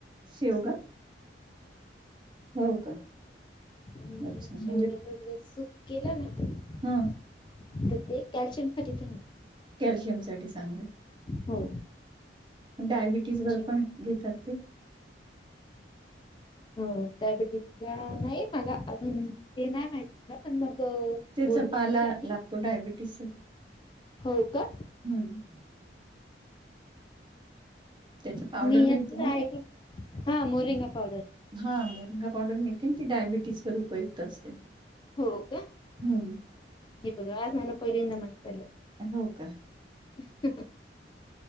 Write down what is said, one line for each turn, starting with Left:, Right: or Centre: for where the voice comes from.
Right: शेवगा हो का.
Left: आणि
Right: अच्छा म्हणजे
Left: शेवग्याच जे सूप. केला ना तर
Right: ह
Left: ते कॅल्शियम साठीच चांगल.
Right: कॅल्शियम साठी चांगलय.
Left: हो
Right: डायबिटीज वर
Left: शेव
Right: पण घेतात ते.
Left: हो डायबिटीज नाही मला अजून ते नाही माहित मला पण मग
Right: त्याचा
Left: पोटदुखीसाठी
Right: पाला लागतो डायबिटीस साठी
Left: हो का
Right: हम्... त्याची पावडर
Left: मी यांच
Right: मिळते
Left: ह
Right: ना
Left: ऐकल हा मोरिंगा पावडर.
Right: हा मोरिंगा पावडर मिळते ना ती डायबिटीज वर उपयुक्त असते.
Left: हो का हे
Right: हम्म
Left: बघा आज मला पहिल्यांदा माहित पडलं ते.
Right: हो का.
Left: <inaudible>